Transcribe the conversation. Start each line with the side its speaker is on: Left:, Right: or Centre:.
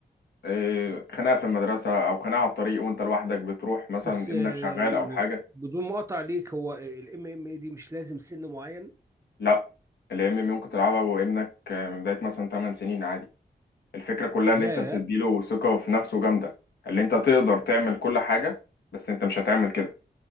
Left: آه، خناقه في المدرسه او خناقه على الطريق وانت لوحدك بتروح مثلا
Right: بس
Left: ابنك
Right: آه،
Left: شغال او
Right: يعني
Left: حاجه
Right: بدون مقاطعه ليك هو الام ام اي دي مش لازم سن معين
Left: لا الام ام ممكن تلعبها وابنك آه، من بدايه مثلا 8 سنين عادي الفكرة كلها
Right: ياه
Left: اللي انت بتديله ثقة في نفسه جامدة اللي انت تقدر تعمل كل حاجة بس انت مش هتعمل كده